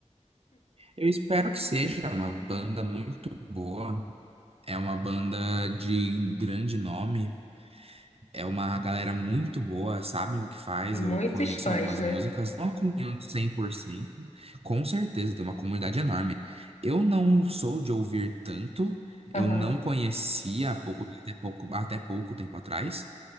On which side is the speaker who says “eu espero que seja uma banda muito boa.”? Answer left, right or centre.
Right